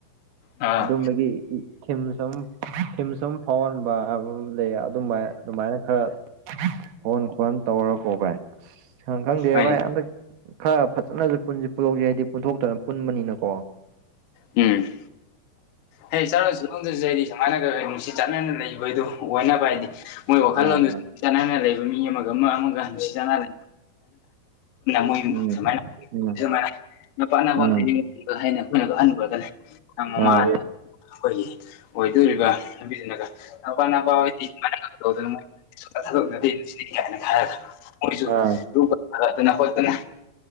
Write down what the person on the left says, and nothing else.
ꯑꯥ
ꯍꯣꯏꯅꯦ
ꯎꯝ ꯍꯩ ꯆꯥꯂꯣꯟꯁꯨꯂꯣꯟꯡꯗꯁꯨ ꯑꯩꯗꯤ ꯁꯨꯃꯥꯏꯅꯒ ꯅꯨꯡꯁꯤ ꯆꯠꯅꯅ ꯂꯩꯕꯗꯣ ꯑꯣꯏꯅꯕ ꯑꯩꯗꯤ ꯃꯣꯏ ꯋꯥꯈꯜꯂꯣꯟꯗꯨ
ꯆꯥꯟꯅꯅ ꯂꯩꯕ ꯃꯤ ꯑꯃꯒ-ꯑꯃ- ꯑꯃꯒ ꯅꯨꯡꯁꯤ ꯆꯥꯟꯅꯅ ꯃꯣꯏꯃꯥꯏꯅ
ꯖꯨꯃꯥꯏ ꯅꯨꯄꯥ ꯅꯪꯉꯣꯟꯗ
ꯌꯦꯡꯈꯤ ꯍꯥꯏꯅ ꯑꯩꯈꯣꯏꯅ ꯑꯟ ꯒꯣꯗꯅꯦ ꯅꯪ ꯃꯥꯃꯥꯗ
ꯑꯩꯈꯣꯏꯒꯤ ꯑꯣꯏꯗꯣꯔꯤꯕ ꯅꯨꯄꯤꯁꯤꯅꯒ ꯅꯄꯥ ꯅꯄꯥ ꯑꯣꯏꯤ ꯁꯨꯃꯥꯏꯅ ꯇꯧꯗꯅ ꯃꯣꯏ ꯁꯨꯡꯊꯥ ꯊꯥꯗꯣꯛꯅꯗꯦ ꯅꯨꯡꯁꯤꯅꯩ ꯀꯥꯏꯅ ꯍꯥꯏꯔꯒ ꯃꯣꯏꯁꯨ
ꯌꯣꯠꯀꯥ ꯊꯥꯡꯒꯠꯇꯅ ꯈꯣꯠꯇꯅ